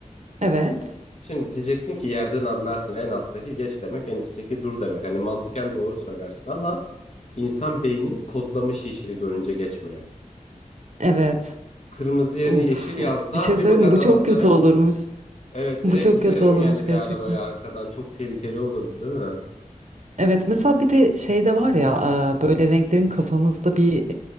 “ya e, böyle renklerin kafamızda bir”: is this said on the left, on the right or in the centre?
Right